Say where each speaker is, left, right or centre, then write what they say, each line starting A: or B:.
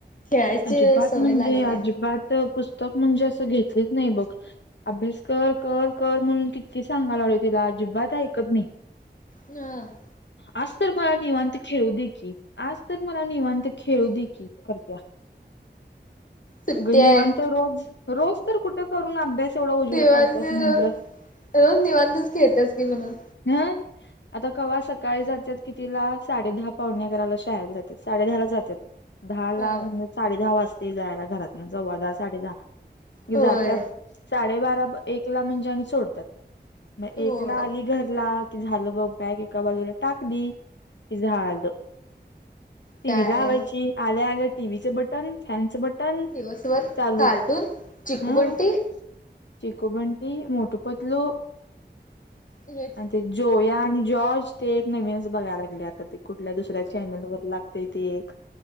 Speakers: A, on the left; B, on the left.
A: खेळायची
B: अजिबात
A: सवय
B: म्हणजे
A: लागल्या
B: अजिबात पुस्तक म्हणजे असं घेतलेच नाही बघ. अभ्यास कर कर कर म्हणून किती सांगायलोय तिला अजिबात ऐकत नाही.
A: हम.
B: आज तर मला निवांत खेळू दे की. आज तर मला निवांत खेळू दे की. करत-
A: सुट्टी
B: अग, निवांत
A: आहे.
B: रोज, रोज? तर कुठं करून अभ्यास एवढा उजेड
A: निवांत
B: पाडतेयस म्हंटलं.
A: रोज रोज निवांतच खेळत्यास की म्हण.
B: हं. आता कव्हा सकाळी जात्यात कितिला? साडे दहा पाउणे अकराला शाळेत जात्यात. साडे दहाला जात्यात. दहा ला
A: हा
B: म्हणजे साडे दहा वाजते जायला घरातन. सव्वा दहा, साडे दहा. की
A: होय
B: जात्यात- साडेबारा एकला म्हणजे आणि सोडतात. म एकला
A: होय
B: आली घरला- कि झालं बघ. बॅग एका बाजूला टाकली की झालं. टीव्ही
A: काय
B: लावायची. आल्या आल्या टीव्हीचे बटन, फॅनच बटन- टन
A: दिवसभर
B: चालू.
A: कार्टून चिकू
B: हम.
A: बंटी
B: चिखो बंडी, मोटू पतलू.
A: हेच
B: आणि ते जोया आणि जॉर्ज. ते एक नवीनच बघायला लागले आता ते. कुठल्या दुसऱ्या चॅनलवर लागतय ते एक